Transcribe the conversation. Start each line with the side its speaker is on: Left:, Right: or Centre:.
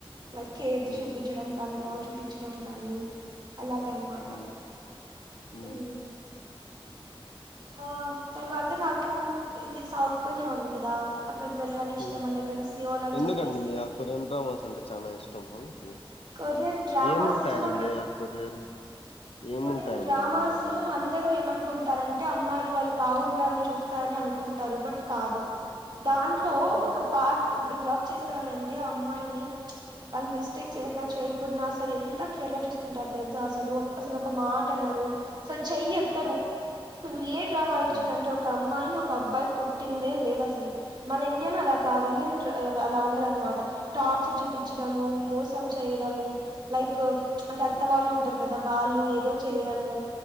Right: లైక్ కేర్
Left: హ్మ్
Right: చూపించడం కానీ లవ్ చూపించడం కానీ అలా గనమాట
Left: హ్మ్ హ్మ్
Right: ఉ ఆ తర్వాత నాకు ఇది సౌత్ కొరియా ఉంది కదా అక్కడికి వెళ్ళాలని ఇష్టం
Left: ఉ
Right: అండి అక్కడ సియోల్ అని
Left: ఎందుకండి
Right: చెప్పేసి
Left: మీ ఆ కొరియన్ డ్రామ్స్ అంటే చానా ఇష్టమా మీకి.
Right: కొరియన్ డ్రామస్
Left: ఏముంటాయండి
Right: ఇస్టమ్ అక్కడ
Left: ఆ కొరియన్ ఏముంటాయండి
Right: కొరియన్ డ్రామాసు
Left: అంతగా అందులో
Right: అందరు ఏమనుకున్ తారంటే అమ్మాయిలు వాళ్ళు బాగున్నారని చూస్తారని అనుకుంటారు బట్ కాదు. దాంట్లో
Left: హ్మ్
Right: ఒక పట్ ఇప్పుడు లవ్ చేస్తారనింటే ఆ అమ్మాయిని చ్ వాళ్ళు మిస్టేక్ చేసినా చేయకున్నా అసలు ఎంత కేర్ గా చూసుకుంటారు తెలుసా, అసలు అసలు ఒక మాట అన్నారు అసల్ చ్ చెయి ఎత్తరు నువ్వు ఏ డ్రామా ఐనా
Left: హ్మ్
Right: చూడండి ఒక అమ్మాయిని ఒక్ క అబ్బాయి కొట్టిందే లేదు అసలు, మన ఇండియన్ అలా కాదు ఇండియన్ డ్రా అ అలా ఉండదనమాట. ట టార్చర్ చూపించడము మోసం చేయడము లైక్ చ్ అంటే అత్త
Left: హ్మ్
Right: వాళ్ళు ఉంటారు కదా. వాళ్ళు ఏదో చేయడము